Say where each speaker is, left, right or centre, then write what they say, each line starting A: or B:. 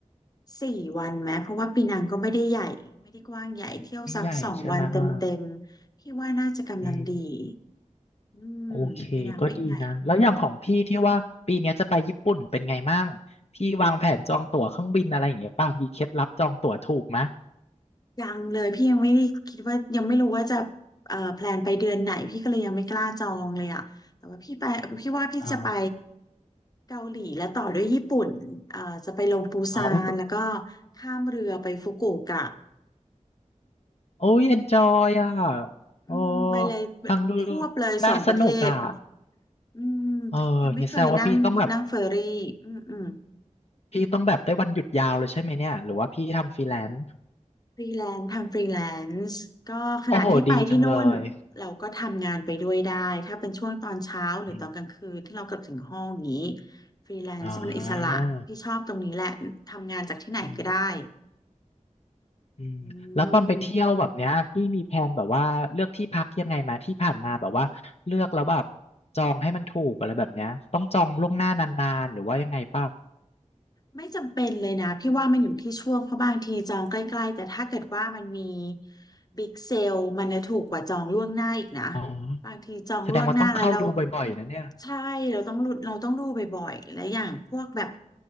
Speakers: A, on the left; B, on the left.
A: สี่วันไหมเพราะว่าปีนังก็ไม่ได้ใหญ่ไม่ได้กว้างใหญ่เที่ยวสักสองวันเต็มๆพี่ว่าน่าจะกำลังดี
B: ไม่ใหญ่ใช่ไหมเอออืม
A: อืมเป็นยังไม่ไง
B: โอเคก็ดีนะแล้วอย่างของพี่ที่ว่าปีเนี้ยจะไปญี่ปุ่นเป็นไงมั่งพี่วางแผนจองตั๋วเครื่องบินอะไรอย่างเงี้ยป่ะมีเคล็ดลับจองตั๋วถูกไหม
A: ยังเลยพี่ยังไม่ได้คิดว่ายังไม่รู้ว่าจะเอ่อแพลนไปเดือนไหนพี่ก็เลยยังไม่กล้าจองเลยอ่ะแต่ว่าพี่ไปพี่ว่าพี่จะไป
B: อ๋อ
A: เกาหลีแล้วต่อด้วยญี่ปุ่นเอ่อจะไปลงปูซานแล้วก็
B: อ๋ออุ๊ย
A: ข้ามเรือไปฟุกุโอกะ
B: โอ้ยเอนจอยอ่ะโอ้
A: อืมไปเลย
B: ฟังดู
A: ควบเลยสองประเทศ
B: น่าสนุกอ่ะ
A: อืม
B: เออเนี่ยแสดงว่าพี่ต้องแบบ
A: ยังไม่เคยนั่งนั่งเฟอร์รี่อืมอืม
B: พี่ต้องแบบได้วันหยุดยาวเลยใช่ไหมเนี่ยหรือว่าพี่ทำฟรีแลนซ์
A: ฟรีแลนซ์ทำฟรีแลนซ์ก็ขณะที่ไปที่โน่น
B: โอ้โหดีจังเลย
A: เราก็ทำงานไปด้วยได้ถ้าเป็นช่วงตอนเช้าหรือตอนกลางคืนที่เรากลับถึงห้องอย่างนี้
B: อม
A: ฟรีแลนซ์มันอิสระที่ชอบตรงนี้แหละทำงานจากที่ไหนก็ได้
B: อ๋ออืม อืมแล้วตอนไปเที่ยวแบบเนี้ยพี่มีแผนแบบว่าเลือกที่พักยังไงมาที่ผ่านมาแบบว่าเลือกแล้วแบบ
A: อืม
B: จองให้มันถูกอะไรแบบเนี้ยต้องจองล่วงหน้านานๆหรือว่ายังไงเปล่า
A: ไม่จำเป็นเลยนะพี่ว่ามันอยู่ที่ช่วงเพราะบางทีจองใกล้ๆแต่ถ้าเกิดว่ามันมีบิ๊กเซลมันจะถูกกว่าจองล่วงหน้าอีกนะ
B: อ๋อ
A: บางทีจองล่วงหน้าแล้วเรา
B: แสดงว่าต้องเข้าดูบ่อยๆนะเนี่ย
A: ใช่เราต้องรุดเราต้องดูบ่อยๆและอย่างพวกแบบ